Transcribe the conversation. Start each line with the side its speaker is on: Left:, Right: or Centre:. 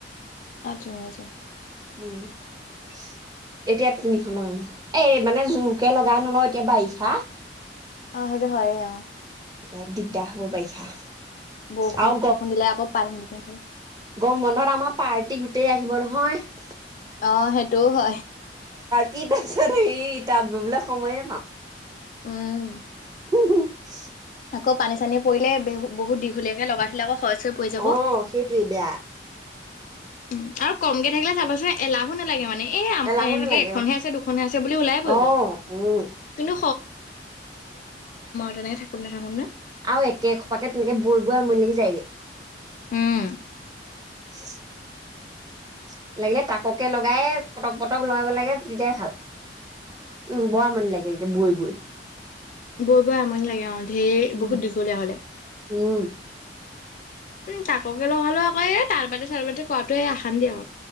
Left: অ তুমিয়েই যোৱা।
Right: উম এতিয়া তিনিখনৰ লগাম এ মানে জোৰকে লগাই নলও এতিয়া বাই হা
Left: অ সেইটো হয় এই অ
Right: এই দিকদা হ'ব বাৰিষা
Left: বৰষুণ
Right: আৰু
Left: চৰষুণ দিলে আকৌ পানী বাহে
Right: গম বন্ধত আমাৰ পাৰ্টি গোটেই আহিব নহয় ।
Left: অ সেইটোও হয় ।
Right: কি তাৰ পিছত হেয়ি তাত ববলে সময়ে নাপাওঁ।
Left: উম
Right: <unintelligible>
Left: আকৌ পানী চানী পৰিলে বহু বহুত দীঘলীয়াকে লগাই থলে আকৌ খৰচ হৈ পৰি যাব।
Right: অ সেইটোৱে বেয়া
Left: উম আৰু কমকে থাকিলে চাবচোন এলাহো নালাগে মানে এ
Right: এলাহো
Left: এনেকে
Right: নালাগে
Left: এখনহে
Right: অ
Left: আছে দুখনহে আছে বুলি ওলাই পৰিব
Right: অ', উম,
Left: কিন্তু <unintelligible> নে থাকো নে।
Right: আৰু একে সোপাকে তুমি বৈ। পুৰা মিলি যায় গে।
Left: উম
Right: <unintelligible> <unintelligible> <unintelligible> <unintelligible> লাগিলে তাককে লগাই? পটক পটক লগাব লাগে তেতিয়াই ভাল। উম ব আমনি লাগে? এ, বৈ বৈ।
Left: বৈ বৈ আমনি লাগে অ ঢেৰ
Right: উম।
Left: বহুত দীঘলীয়া হলে ।
Right: উম,
Left: উম, তাককে লগালো আকৌ এই তাতবাতি চাতবাদি কৰাটোৱে আশান্তিয়ে আৰু।